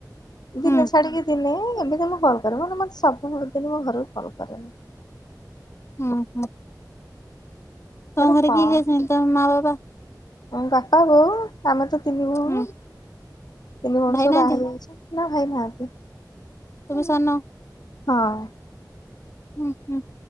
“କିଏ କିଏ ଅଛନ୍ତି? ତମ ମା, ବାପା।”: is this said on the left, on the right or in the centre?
Left